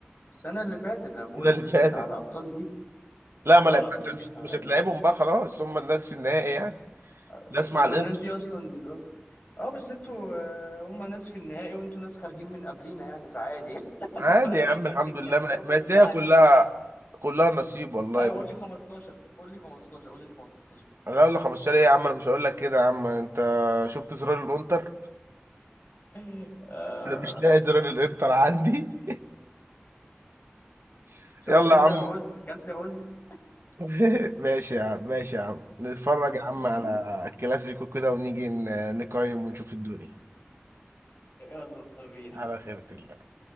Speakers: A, on the left; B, on the right.
A: السنة اللي فاتت
B: <laughs>
A: انا بقول
B: ده اللي فاتت
A: على الابطال دي
B: لا
A: انا بقول
B: ما لعب
A: على الابطال دي احنا ما
B: مش
A: لعبناهمش
B: هتلعبهم بقى خلاص هم الناس في النهائي يعني
A: بس
B: ناس مع
A: هم
B: الانتر
A: الناس دي اصلا دي اه بس انتوا آه، هم ناس في النهائي وانتوا ناس خارجين من قبلينا يعني فعادي <laughs>
B: عادي
A: اخر
B: يا عم
A: ناس
B: الحمد
A: تتكلموا
B: لله ما ما
A: بالله
B: هي
A: عليك
B: كلها كلها نصيب والله
A: ايوه
B: يا بيه.
A: قول لي 15 قول لي 15 قول لي 15
B: انا اقول لك 15 ايه يا عم انا مش هقول لك كده يا عم انت شفت زرار الانتر
A: <laughs> آه
B: انا مش لاقي زرار الانتر عندي <laughs>
A: شفت
B: يلا
A: انت
B: يا عم
A: الرز كلت رز
B: <laughs> ماشي يا عم ماشي يا عم نتفرج يا عم
A: <laughs>
B: على الكلاسيكو كده ونيجي ن- نقيم ونشوف الدنيا
A: يلا بينا
B: على خيرة الله